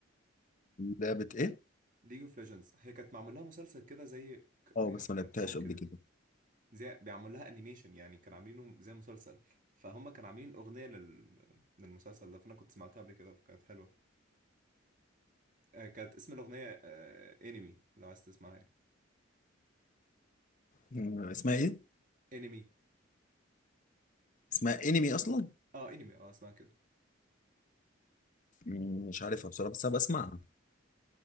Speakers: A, on the left (about 40°); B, on the right (about 45°).
A: لعبه ايه
B: ليج اوف ليجندز هي كانت معمول لها مسلسل كده زي ك-
A: اه
B: يعني
A: بس ما لعبتهاش
B: كرتون كده
A: قبل كده
B: زي بيعمل لها انيميشن يعني كان عاملينه زي مسلسل فهم كانوا عاملين اغنية لل... للمسلسل ده فانا كنت سمعتها قبل كده فكانت حلوة آه، كانت اسم الاغنية انمي لو عايز تسمعها يعني
A: مم، اسمها ايه
B: انمي
A: اسمها انمي اصلا
B: اه انمي اه اسمها كده
A: مم، مش عارفها بصراحه بس هبقى اسمعها